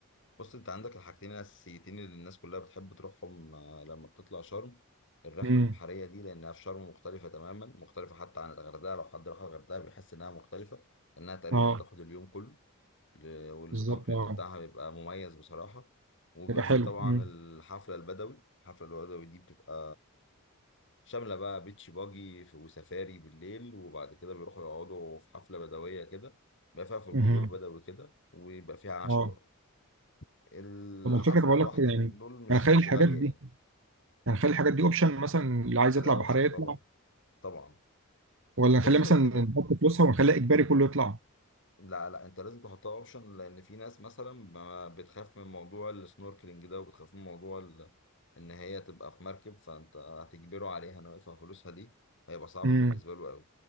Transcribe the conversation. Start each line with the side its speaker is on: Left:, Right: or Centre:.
Left: بص انت عندك الحاجتين الاساسيتين اللي الناس كلها بتحب تروحهم آه، لما بتطلع شرم الرحله
Right: امم
Left: البحريه دي لانها في شرم مختلفه تماما مختلفه حتى عن الغردقه لو حد راح الغردقه بيحس انها مختلفه لانها تقريبا
Right: اه
Left: بتاخد اليوم كله ل- والسنوركلينج
Right: بالظبط اه
Left: بتاعها بيبقى مميز بصراحه وبيبقى
Right: يبقى
Left: فيه
Right: حلو
Left: طبعا
Right: امم
Left: الحفله البدوي الحفله البدوي دي بتبقى شامله بقى بيتش باجي في- وسفاري بالليل وبعد كده بيروحوا يقعدوا في حفله بدويه كده بيبقى فيها فولكلور
Right: أمم.
Left: بدوي كده ويبقى فيها عشاء
Right: اه
Left: برضه الحفلة
Right: طب الفكره بقول
Left: الواحدة
Right: لك يعني
Left: من دول مش
Right: هنخلي
Left: مش
Right: الحاجات
Left: غالية
Right: دي
Left: يعني
Right: هنخلي الحاجات دي اوبشن مثلا اللي عايز
Left: خليها
Right: يطلع
Left: اوبشن
Right: بحريه
Left: طبعا
Right: يطلع
Left: طبعا
Right: ولا
Left: بص
Right: نخليها مثلا
Left: هي كده
Right: نحط فلوسها ونخليها اجباري كله يطلع
Left: لا لا انت لازم تحطها اوبشن لان في ناس مثلا ما- بتخاف من موضوع السنوركلينج ده وبتخاف من موضوع ال- ان هي تبقى في مركب فانت هتجبره عليها انه يدفع فلوسها دي هيبقى صعب
Right: امم
Left: بالنسبه له قوي